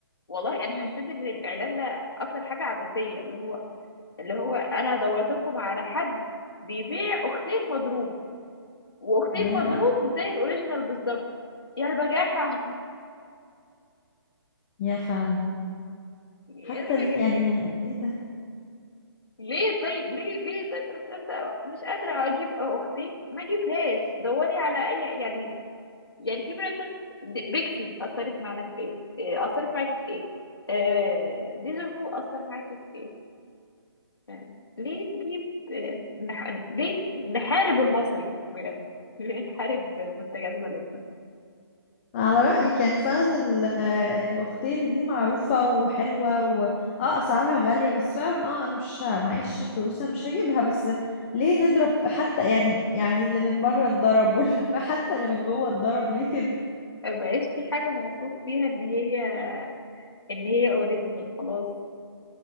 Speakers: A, on the left; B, on the left.
A: والله انا
B: مم.
A: حسيت ان الاعلان ده اكتر حاجة عبثية اللي هو اللي هو انا دورت لكم على حد بيبيع اختين مضروب واختين
B: يا
A: مضروب زي الاوريجينال بالظبط يا البجاحة <laughs>
B: يا فعلا
A: يا
B: حتى
A: البجاحة
B: دي يعني ايه ده
A: ليه طيب ليه ليه طيب انا مش قادره مش قادره اجيب اختي ما اجيبهاش دوري على اي يعني يعني في براندات د- بيكسي اثرت معانا في ايه إيه، اثرت معاكي في ايه آه، ديجافو اثر معاكي في ايه آه، ليه نجيب آه، نح... ليه نحارب المصري بجد ليه نحارب منتجات بلدنا
B: على رأيك يعني فعلا ال- الأختين دي معروفة وحلوة و اه أسعارها غالية بس فعلا اه أنا مش ه- معيش فلوسها مش هجيبها بس ليه نضرب حتى يعني يعني اللي من بره اتضرب <laughs> واللي حتى اللي من جوه اتضرب ليه كده
A: ما بقاش في حاجه موصوف فيها ان هي ان هي اوريجينال خلاص